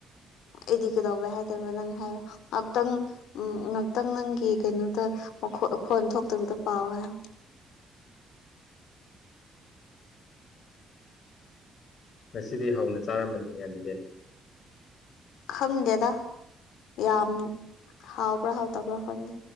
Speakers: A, on the left; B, on the left.
A: ꯑꯩꯗꯤ ꯀꯩꯗꯧꯕꯩ ꯍꯥꯏꯗꯣꯏꯕ ꯅꯪ ꯍꯥꯏꯌꯣ ꯉꯍꯥꯛꯇꯪ ꯎꯝ ꯉꯍꯥꯛꯇꯪ ꯅꯪꯒꯤ ꯀꯩꯅꯣꯗ ꯈꯣꯟ ꯊꯣꯛꯇꯕꯗ ꯄꯥꯎ ꯍꯥꯏꯌꯣ
B: ꯉꯁꯤꯗꯤ ꯍꯧꯅ ꯆꯥꯔꯝꯃꯅꯤꯅꯦ ꯑꯗꯨꯗꯤꯔ
A: ꯈꯪꯗꯦꯗ ꯌꯥꯝ ꯍꯥꯎꯕ꯭ꯔꯥ ꯍꯥꯎꯇꯕ꯭ꯔꯥ ꯈꯪꯗꯦ